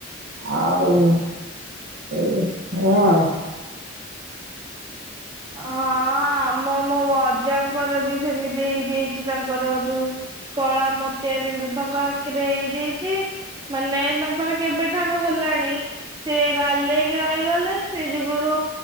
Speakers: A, on the right (about 55°); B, on the right (about 20°).
A: ଆଉ। ଏଇ ଏଇଆ ଆଉ।
B: ହଁ ଆମ ମୋ ଅଜାଙ୍କର ବି ସେମିତି ହେଇଯାଇଛି ତାଙ୍କର ଯୋଉ। କଳା ମୋତିଆ ବିନ୍ଦୁ ତାଙ୍କ ଆଖିରେ ହେଇଯାଇଚି ମାନେ ତାଙ୍କର କେବେଠାରୁ ହେଲା ଲାଣି ସେ ଗାଲେଇକି ରହିଗଲେ ସେ ଯୁଗରୁ